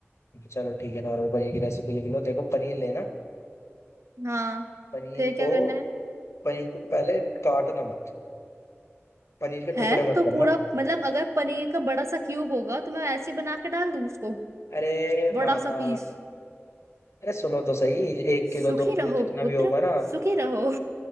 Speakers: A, on the left; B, on the right.
A: चलो ठीक है नॉर्मल पनीर की रेसिपी लिख लो देखो पनीर लेना
B: हाँ
A: पनीर
B: फिर क्या
A: को
B: करना है
A: पनीर को पहले काटना मत पनीर के
B: है
A: टुकड़े मत
B: तो
A: करना
B: पूरा मतलब अगर पनीर का बड़ा सा क्यूब होगा तो मैं ऐसे ही बना के डाल दूं उसको
A: अरे
B: बड़ा
A: माता
B: सा पीस
A: अरे सुनो तो सही एक किलो
B: सुखी
A: दो किलो
B: रहो
A: जितना
B: पुत्र
A: भी होगा ना
B: सुखी रहो